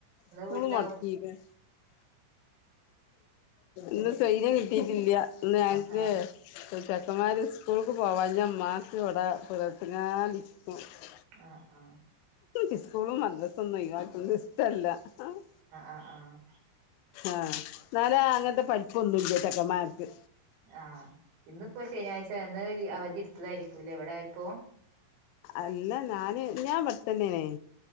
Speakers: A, on the left (about 85°); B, on the right (about 80°).
A: സ്കൂള്
B: വീട്ടിലാവും
A: മൊടക്കീക്ക്ണ് ഇന്ന് സൈര്യം കിട്ടിട്ടില്ല ന്ന് ഞക്ക്
B: ആഹ്
A: ചക്കന്മാര് സ്കൂൾക്ക് പോവാഞ്ഞ മ്മാക് ട <unintelligible>
B: ആഹ് ആഹ്
A: ഇസ്കൂളും മദ്രസൊന്നു ഒഴിവാകുന്നെ ഇഷ്ടല്ല ആഹ്
B: ആഹ് ആഹ്
A: ആഹ് എന്നാലെ അങ്ങനത്തെ പഠിപൊന്നും ല്ല ചക്കന്മാർക്ക്
B: ആഹ് ഇന്നപ്പോ ശനിയാഴ്ചാ അവധി എടുത്തതായിരിക്കൂല്ലേ ഇവിടായപ്പോ
A: അല്ല ഞാന് ഞാൻ ഇവടത്തന്നേ നെ